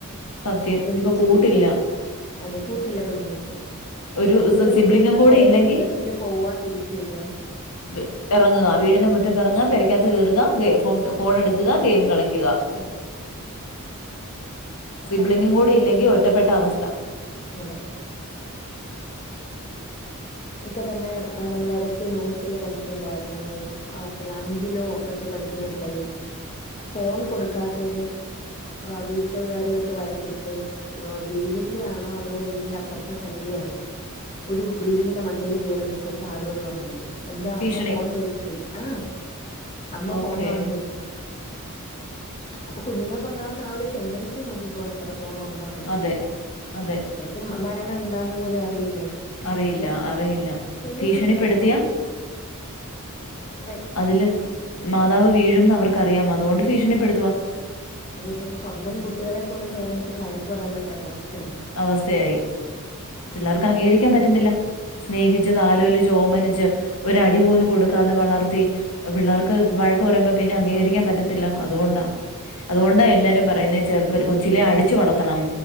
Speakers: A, on the left (about 75°); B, on the left (about 30°).
A: സത്യം.
B: ഒരുമിച്ച്
A: ഇപ്പൊ കൂട്ടില്ല.
B: ഇരിക്കാ അതെ കൂട്ട് ഇല്ല കുഞ്ഞുങ്ങെക്ക്
A: ഒരു
B: കുഞ്ഞുങ്ങെൾ
A: സി സിബ്ലിങ്ങും
B: സ്ക്കൂൾ
A: കൂടി
B: പോയാലും
A: ഇല്ലെങ്കി
B: ബസ്സില് പോവാ തിരിച്ച് വെരാ
A: വ് എറങ്ങ്കാ വീടിന്റെ മുറ്റെത്ത് എറങ്ങാ പേരക്ക് അകത്ത് കേറുകാ ഗെ ഫോൺ ഫോൺ എട്ക്ക്കാ ഗെയിമ്മും കളിക്ക്കാ
B: അതെ ഇപ്പം
A: സിബ്ലിങ്ങും
B: അങ്ങനെ ഒരു
A: കൂടി
B: കാലഘട്ടമായി
A: ഇല്ലെങ്കി ഒറ്റപ്പെട്ട
B: മാറി
A: അവസ്ഥ.
B: അതെ ഇപ്പ തെന്നെ ഏഹ് നമ്മെൾ എടയ്ക്ക് ന്യൂസിൽ കണ്ടിട്ടുണ്ടായിരുന്നു ഓഹ് എത്ര് ലാ അഞ്ചിലോ മറ്റോ പഠിക്കുന്ന ഒരു പയ്യെൻ ഫോൺ കൊടുക്കാത്തെയിന് ഓഹ് വീട്ടുകാരും ആയിട്ട് വഴക്കിട്ട് ഓഹ് വീടിന്റെയാണോ അതോ വീടിന്റെ അപ്പർത്തെ സൈഡിലെ ആണോ ഒരു ബിൽ ഡിങ്ങിന്റെ മണ്ടെല് കേറി നിക്കും ചാടുന്ന് പർണോണ്ട്. എന്താ
A: ഭീഷണി.
B: അമ്മ ഫോൺ മേട്ച്ച് വെച്ച്. ആഹ് അമ്മ
A: ഓക്കേ.
B: ഫോൺ വാങ്ങി വെച്ചു. അപ്പ കുഞ്ഞുങ്ങെൾക്ക് ഇണ്ടാവുന്ന ആ ഒരു ടെൻഡെൻസി നോക്കിക്കോണെ എത്രത്തോളം ഒ ണ്ടെന്ന് ഉള്ളത്.
A: അതെ, അതെ.
B: അവർക്കും മരണം എന്താന്ന് പോലും അറിയില്ലേ? പക്ഷെ
A: അറിയില്ല
B: അവര്
A: അറി ഇല്ല,
B: ചെയ്യുന്നുണ്ട്
A: ഭീഷണിപ്പെടുത്തിയാ
B: ഇതൊക്കെ അതെ
A: അതില് മാതാവ് വീഴുംന്ന് അവർക്ക് അറിയാം അതുകൊണ്ട് ഭീഷണിപ്പെടുത്തുവാ.
B: അതെ ഇപ്പം സ്വന്തം കുട്ടികളെ പോലും പേരന്റ്സിന് വഴക്കുപറയാൻ പറ്റാത്ത അവസ്ഥയാണ്.
A: അവസ്ഥയായി. പിള്ളാർക്ക് അംഗീകരിക്കാൻ പറ്റ്ന്നില്ല സ്നേഹിച്ച്
B: ഇല്ല
A: തലോലി ച്ച് ഒമനിച്ച് ഒര് അടി പോലും കൊട്ക്കാതെ വളർത്തി പിള്ളാർക്ക് വഴക്ക് പറയുമ്പോ പിന്നെ അംഗീകരിക്കാൻ പറ്റത്തില്ല അതുകൊണ്ടാ. അതുകൊണ്ടാ
B: അതെ
A: എല്ലാരും പറയുന്നേ ചെറുപ്പ കൊച്ചിലെ അടിച്ചു വളർത്തെണം